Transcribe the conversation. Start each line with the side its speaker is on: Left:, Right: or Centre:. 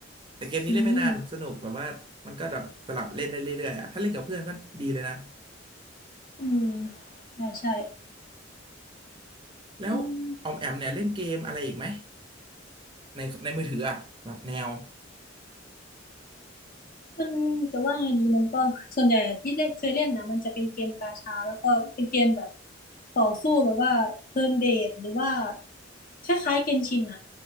Right: แต่เกมนี้เล่นไม่นานสนุกแบบว่ามันก็แบบสลับเล่นได้เรื่อยๆอ่ะถ้าเล่นกับเพื่อนก็ดีเลยนะ
Left: อืมอืมใช่ใช่
Right: แล้วออมแอมเนี่ยเล่นเกมอะไรอีกไหม
Left: อืม
Right: ในในมือถืออ่ะแบบแนว
Left: มันจะว่าไงดีมันก็ส่วนใหญ่ที่เล่นเคยเล่นนะมันจะเป็นเกมกาชาแล้วก็เป็นเกมแบบต่อสู้แบบว่าเทิร์นเบสหรือว่าคล้ายๆเกนชินอะ